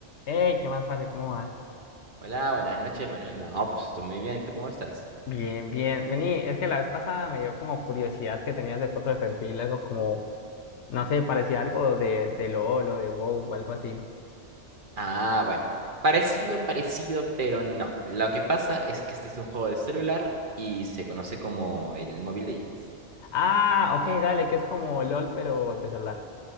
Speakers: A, on the left; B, on the right.
A: Hey, ¿qué más, Marce? ¿Cómo vas?
B: Hola, buenas noches, Manuel. No, pues estoy muy bien. ¿Tú cómo estás?
A: Bien, bien. Vení, es que la vez pasada me dio como curiosidad que tenías de foto de perfil, algo como, no sé, parecía algo de, de LOL o de WoW o algo así.
B: Ah, bueno. Parecido, parecido, pero no. Lo que pasa es que este es un juego de celular y se conoce como el Mobile Legends.
A: Ah, ok, dale, que es como LOL, pero de celular.